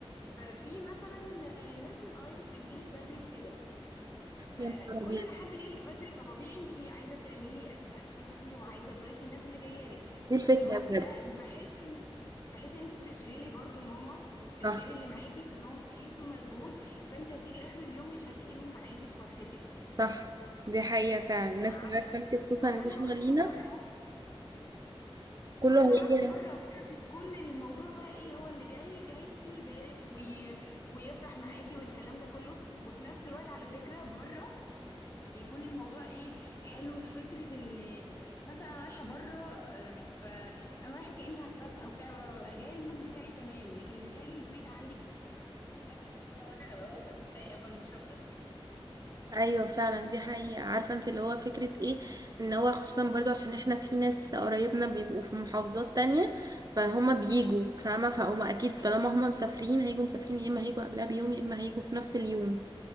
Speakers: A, on the left (about 25°); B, on the right (about 40°).
A: ففي مثلا آه، ناس من قرايبك بتجيلك بدري وكده فكون
B: يا نهار أبيض.
A: ان حد جايلك بدري فطبيعي انت عايزه تعملي اكل وعايزه تضيفي الناس اللي جايه لك
B: دي الفكرة
A: ففي الوقت
B: بجد
A: ده بحس ان بحس ان انت بتشغلي برضو ماما وبتشغلي
B: صح
A: اللي معاكي في ان هم يدوا مجهود فانت هتيجي اخر اليوم مش هتلاقيهم معاكي في فرحتك
B: صح دي حقيقة فعلا الناس
A: على
B: عارفة انتي خصوصا
A: على
B: ان احنا
A: عكس
B: لينا
A: بره
B: كله
A: على
B: هيجي
A: عكس بره بره بتكون الموضوع بقى ايه هو اللي جاي جاي يبارك وي... ويفرح معاكي والكلام ده كله وفي نفس الوقت على فكرة بره بيكون الموضوع ايه حلو في فكره ان مثلا انا رايحه بره آه، فانا رايحه كاني هتفسح وبتاع ببقى جايه المود بتاعي تمام لكن مش هاجي البيت عندك فانت تزنقيني بقلب اوضه وانا هبقى واقفه متضايقه فمش هنبسط صدقيني
B: ايوه فعلا دي حقيقة عارفة انت اللي هو فكرة ايه ان هو خصوصا برضو عشان احنا في ناس قرايبنا بيبقوا في محافظات تانية فهما بيجوا فاهمة فهما اكيد طالما هما مسافرين هيجوا مسافرين يا اما هيجوا قبلها بيوم يا اما هيجوا في نفس اليوم